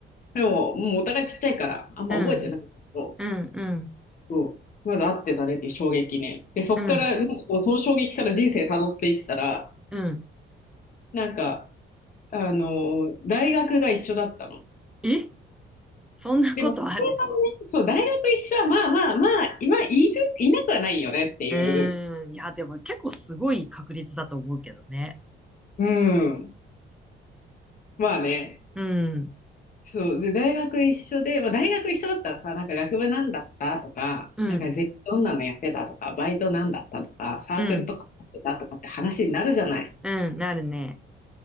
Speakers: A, on the left; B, in the centre.
A: でも、もうお互いちっちゃいから、あんま覚えてないけど。
B: うん、うん、うん、
A: そう。まだ合ってたねっていう衝撃ね。で、そっから、
B: うん、
A: なんかもうその衝撃から人生辿っていったら、
B: うん。
A: なんか、あのー大学が一緒だったの。
B: え、そんなことある
A: でも、それがねそう、大学一緒は、まあまあまあ、今、いる、いなくはないよねっていう。
B: <laughs> うーん。いや、でも結構すごい確率だと思うけどね。
A: うん。まあね。
B: うん、
A: そう。で、大学一緒で、まあ大学一緒だったらさ、なんか学部なんだったとか、
B: うん、
A: なんかぜどんなのやってたとか、バイトなんだったとか、サークルとかやってたとかって話になるじゃない。
B: うん、うん、なるね。